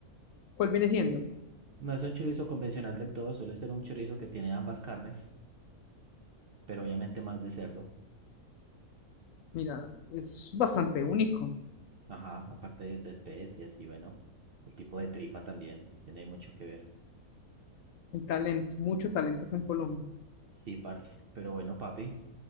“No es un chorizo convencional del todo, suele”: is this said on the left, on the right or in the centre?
Right